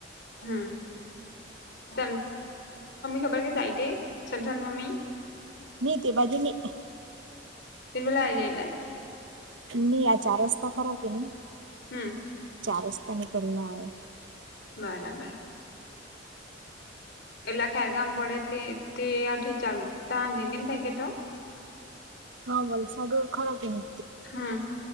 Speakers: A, on the left (about 60°); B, on the right (about 75°).
A: <unintelligible> મમ્મી ખબર કે, જાય છે. <unintelligible> મમ્મી
B: નહીં તે બાજુ નહીં
A: તે પેલા આવી જાય એટલે
B: નઈ આ ચાર રસ્તા ખરા કે નહી?
A: હમ્મ
B: ચાર રસ્તા ની પેલ્લા આવે.
A: બરાબર. એટલા ખેરગામ પડે તે તેથી ચાલતા હ જંગેન તેગે તો
B: હા, વલસાડુર ખરા તે હે.
A: હમ્મ,